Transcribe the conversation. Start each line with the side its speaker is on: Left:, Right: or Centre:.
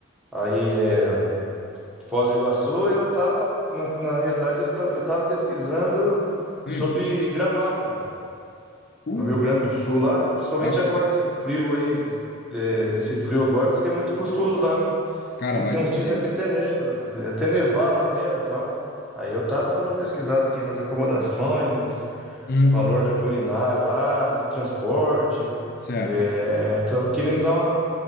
Centre: aí é, Foz do Iguaçu, e eu tava, na, na realidade, eu, ta- eu tava pesquisando
Left: hum,
Centre: sobre Gramado, cara.
Left: uh,
Centre: No Rio Grande do Sul lá, principalmente
Left: baita,
Centre: agora nesse frio aí, é, nesse frio agora, diz que é muito gostoso lá, né?
Left: cara,
Centre: Diz que
Left: baita
Centre: tem uns
Left: passeio.
Centre: dias aqui até neva, né? até nevar lá, neva e tal. Aí eu tava dando uma pesquisada aqui nas acomodações, nos-
Left: Hum,
Centre: no valor da culinária lá, do transporte.
Left: certo.
Centre: É, tava querendo dar uma,